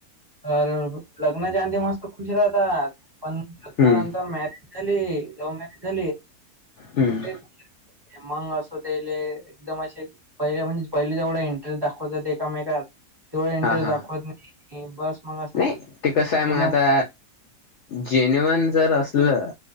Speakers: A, on the right (about 20°); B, on the left (about 70°).
A: तर लग्नाच्या आधी मस्त खुश राहतात. पण लग्नानंतर
B: हम्म
A: मा खाली लव्ह मॅरेज झाली.
B: हम्म
A: <unintelligible> ते मंग असोतेले एकदम असे पहिले म्हणजे पहिले जेवढा इंटरेस्ट दाखवतात एकमेकात तेवढा इंटरेस्ट
B: हा हा
A: दाखवत नाहीत. ए बस मग.
B: नाही ते कसं आहे
A: केलं
B: मग आता जेन्युअन जर असलं